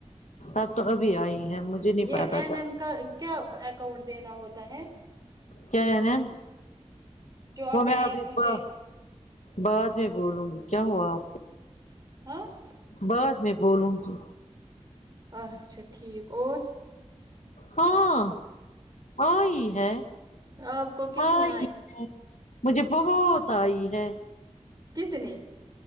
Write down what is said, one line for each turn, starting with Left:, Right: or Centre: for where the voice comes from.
Left: اب تو ابھی آئی ہیں مجھے نہیں
Right: یہ
Left: پا گا
Right: این
Left: تا
Right: این کا کیا اکاؤنٹ دینا ہوتا ہے
Left: کیا ہے نہ
Right: جو آپ
Left: وہ
Right: نے
Left: میں
Right: ایپ
Left: ابھی
Right: مجھے
Left: پا بعد میں بولوں گی کیا ہوا آپ
Right: ہاں
Left: بعد میں بولوں گی
Right: اچھا ٹھیک اور
Left: ہاں آئی ہے
Right: آپ کو کتنی
Left: آئی ہے مجھے بہت آئی ہے
Right: کتنی